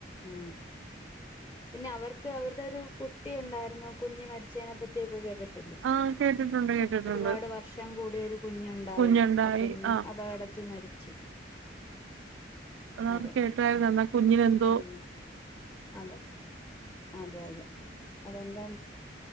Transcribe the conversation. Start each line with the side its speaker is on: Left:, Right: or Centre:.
Left: ഉം പിന്നെ അവർക്ക് അവരുടെ ഒരു കുട്ടി ഉണ്ടായിരുന്നു കുഞ് മരിച്ചതിനെപ്പറ്റിയൊക്കെ കേട്ടിട്ടു
Right: ആഹ് കേട്ടിട്ടുണ്ട് കേട്ടിട്ടുണ്ട്
Left: ഒരുപാട് വർഷം കൂടി ഒരു കുഞ്ഞുണ്ടായി
Right: കുഞ്ഞുണ്ടായി
Left: ആ കുഞ്ഞ്
Right: ആഹ്
Left: അപകടത്തിൽ മരിച്ച്
Right: എന്ന
Left: അതെ
Right: കേട്ടായിരുന്നു എന്നാ കുഞ്ഞിന എന്തോ
Left: ഉം അതെ അതെ അതെ അതെന്താ